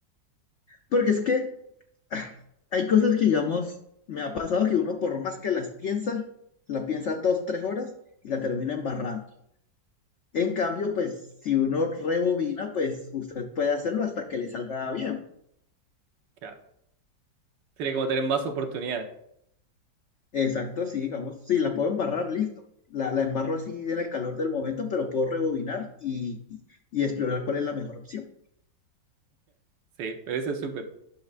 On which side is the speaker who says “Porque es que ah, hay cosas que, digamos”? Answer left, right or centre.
Left